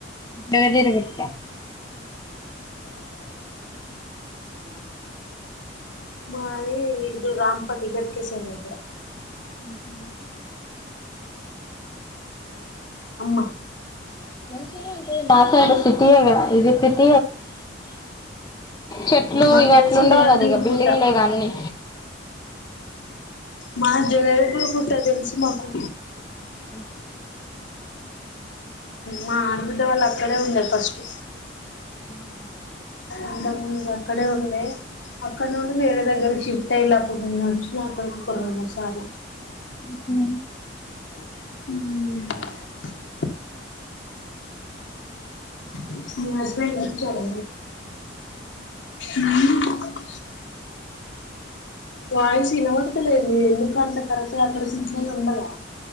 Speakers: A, on the left (about 20°); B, on the left (about 75°).
A: జగద్గిరిగుట్ట
B: మాది ఇటు రాంపల్లి ఘట్కేసరి దగ్గర
A: ఉ హూ
B: అమ్మ
A: మంచిగనే ఉంటది మా సైడ్ సిటీ ఏగా ఇది సి <inaudible> చెట్లు
B: మాకు
A: ఇగ
B: తెలుసు
A: అట్లుండవు
B: జగదేగుల
A: కదా ఇగ బిల్డింగ్
B: గుట్ట
A: లేగ అన్ని
B: మా జగద్గిరిగుట్ట తెలుసు మాకు
A: అ
B: మా ఆడబిడ్డ వాళ్ళు అక్కడే ఉండే ఫస్ట్
A: ఆ హా
B: అంతకు ముందుకు అక్కడే ఉండే అక్కడ నుండి వేరే దగ్గరకి షిఫ్ట్ అయ్యిలూ అప్పుడు మేం వచ్చినం అక్కడికి ఒక రెండు మూడు సార్లు
A: ఉ హూ
B: మ్మ్ <unintelligible> <unintelligible> చాలే మ్ వాయిస్ వినపడట్లేదు మీది ఎందుకు అంత కరెక్టుగా అక్కడ సిగ్నల్ ఉండదా